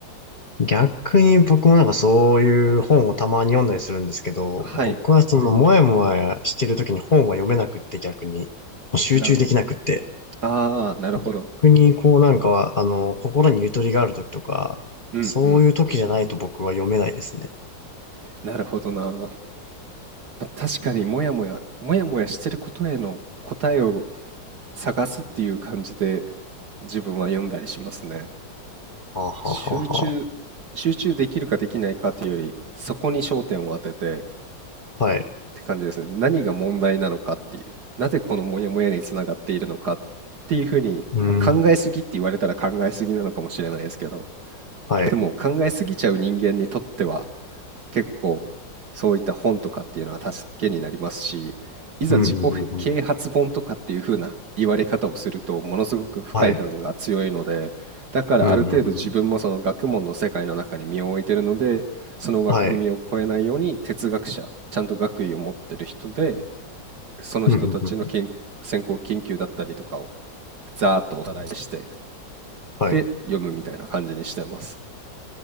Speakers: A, on the left (about 35°); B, on the right (about 60°).
A: 逆に僕もなんかそういう本をたまに読んだりするんですけど、
B: はい、
A: 僕はそのもやもやしてる時に本は読めなくって逆に、もう集中できなくって。
B: なるほど。ああ、なるほど。
A: 逆にこうなんか、あの、心にゆとりがある時とか、
B: うんうん。
A: そういう時じゃないと僕は読めないですね。
B: なるほどな。ま、確かにもやもやもやもやしてることへの答えを探すっていう感じで、自分は読んだりしますね。
A: はあはあはあは
B: 集中集中できるかできないかっていうより、そこに焦点を当ててっ
A: あ。はい。
B: て感じですね。何が問題なのかっていう、なぜこのもやもやにつながっているのかっていうふうに、
A: うーん。
B: まあ、考えすぎって言われたら考えすぎなのかもしれないですけど
A: はい。
B: でも考えすぎちゃう人間にとっては結構そういった本とかっていうのは助けになりますし、いざ自己啓発本とかっていう風な言われ方をするとものすごく不快感が強いので、
A: うん、うん、うん、うん。はい。
B: だからある程度自分もその学問の世界の中に身を置いてるので、
A: うん、うん、うん。
B: その枠組みを超えないように哲学者、
A: はい。
B: ちゃんと学位を持ってる人で、その人たちの研先行研究だったりとかを
A: うん、うん、うん。
B: ざーっとおさらいして、
A: はい。
B: で読むみたいな感じにしてます。